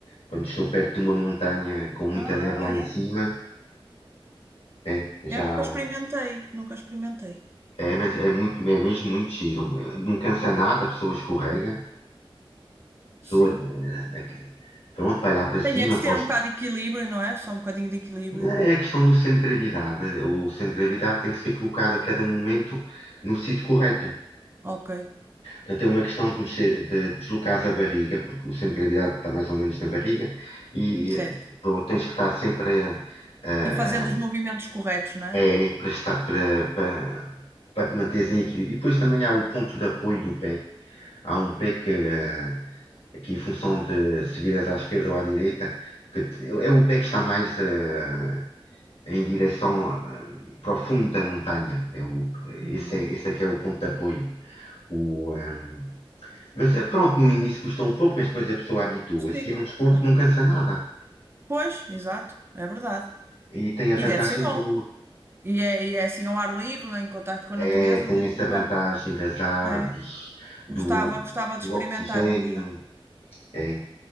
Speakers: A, on the left; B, on the right.
A: Quando estou perto de uma montanha com muita
B: Ah,
A: neve lá
B: é?
A: em cima, é, já
B: Eu nunca experimentei, nunca experimentei,
A: é, mas é muito, é mesmo muito giro. Eh, Não cansa
B: não acredito.
A: nada, a pessoa escorrega, a pessoa,
B: Sim.
A: eh, pronto, vai lá para cima,
B: Tem é que se
A: pós,
B: ter um bocado de equilíbrio, não é? Só um bocadinho de equilíbrio.
A: Não, É a questão do centro de gravidade. O centro de gravidade tem que ser colocado a cada momento no sítio correto.
B: Ok,
A: Portanto, é uma questão de, mexer, de deslocares a barriga, porque o centro de gravidade está mais ou menos na barriga, e
B: certo.
A: eh, pronto, tens que estar sempre a, a-
B: E fazendo os movimentos corretos, não é?
A: é, para, estar, para, para, para te manteres em equilíbrio. E depois também há o ponto de apoio do pé. Há um pé que, eh, que em função de se viras à esquerda ou à direita, que te- é o pé que está mais eh, em direção a, um, para o fundo da montanha. É o,
B: Não.
A: esse, é, esse é que é o ponto de apoio. O, um, mas eh, pronto, no início custa um pouco, mas depois a pessoa habitua-se.
B: Sim,
A: É um desporto
B: acredito.
A: que não cansa nada.
B: Pois, exato, é verdade.
A: E tem a
B: E
A: vantagem
B: deve ser bom.
A: do.
B: E é, e é assim ao ar livre, né, em contacto com a
A: É,
B: natureza,
A: tem
B: deve
A: essa
B: ser bom.
A: vantagem das árvores,
B: É, gostava,
A: do,
B: gostava de
A: do
B: experimentar
A: oxigênio.
B: um dia.
A: É.